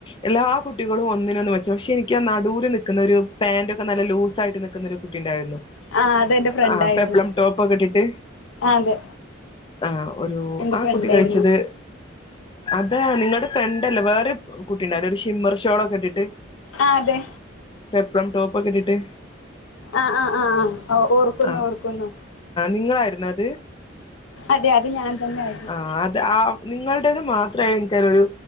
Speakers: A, on the left (about 25°); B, on the left (about 80°).
A: എല്ലാ കുട്ടികളും ഒന്നിന് ഒന്ന് മെച്ച പക്ഷെ എനിക്ക് ആ നടുല് നിൽക്കുന്ന ഒരു പാന്ൻറ് ഒക്കെ നല്ല ലൂസായിട്ട് നിക്കുന്നൊരു കുട്ടി ഉണ്ടായിരുന്നു
B: ആഹ് അതെന്റെ ഫ്രണ്ടായിരുന്നു
A: ആഹ അപ്പൊ എപ്പളം ടോപ്പ് ഒക്കെ ഇട്ടിട്ട്
B: ആ അതെ
A: ആഹ ഒരു
B: എന്റെ
A: ആ
B: ഫ്രണ്ടായിരുന്നു
A: കുട്ടി കഴിച്ചത് അതാ നിങ്ങളുടെ ഫ്രണ്ടല്ലേ വേറെ കുട്ടിണ്ടായിരുന്നു ഒരു ഷിമ്മർ ഷോളൊക്കെ ഇട്ടിട്ട്
B: ആ അതെ
A: പെപ്പ്ളം ടോപ്പ് ഒക്കെ ഇട്ടിട്ട്
B: ആഹ ആ ആ ആ ഓർ ക്കുന്നു
A: ആ
B: ഓർക്കുന്നു
A: നിങ്ങളായിരുന്നു അത്
B: അതെ അത് ഞാൻ തന്നെ ആയിരുന്നു
A: ആ അത ആ നിങ്ങളടേത് മാത്രേ എനിക്കതിലൊരു